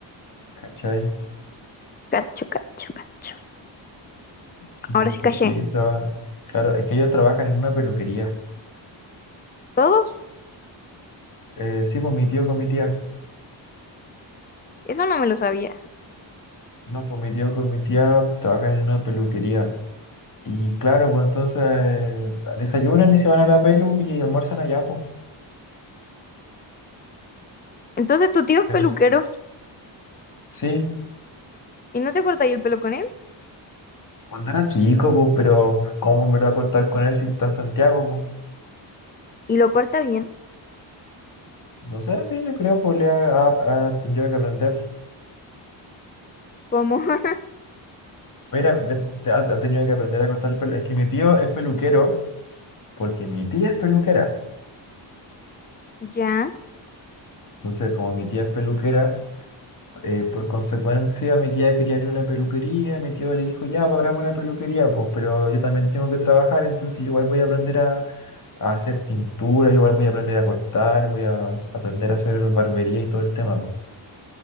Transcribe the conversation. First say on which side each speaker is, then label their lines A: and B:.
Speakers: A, on the left (about 45°); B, on the left (about 20°).
A: ¿Cachai?
B: Cacho, cacho, cacho.
A: Sí,
B: Ahora
A: pues
B: sí
A: porque
B: caché.
A: ellos trabajan. Claro, es que ellos trabajan en una peluquería.
B: ¿Todos?
A: Eh, sí, pues mi tío con mi tía.
B: Eso no me lo sabía.
A: No, pues mi tío con mi tía trabajan en una peluquería. Y claro, pues entonces desayunan y se van a la pelu y almuerzan allá, pues.
B: Entonces tu tío es
A: Pero
B: peluquero
A: s- sí,
B: y no te corta ahí el pelo con él
A: cuando era chico, pues, pero ¿cómo me lo voy a cortar con él si está en Santiago, pues?
B: y lo corta bien.
A: No sé, sí, yo creo, pues, le ha, ha- ha tenido que aprender.
B: ¿Cómo? <laughs>
A: Mira, ven, te- ha, ha tenido que aprender a cortar el pelo. Es que mi tío es peluquero porque mi tía es peluquera.
B: Ya.
A: Entonces, como mi tía es peluquera, Eh, por consecuencia, mi tía quería abrir una peluquería, mi tío le dijo, ya, pues, abramos una peluquería, pues, pero yo también tengo que trabajar, entonces yo igual voy a aprender a, a hacer tintura, yo igual voy a aprender a cortar, voy a s- aprender a hacer barbería y todo el tema, pues.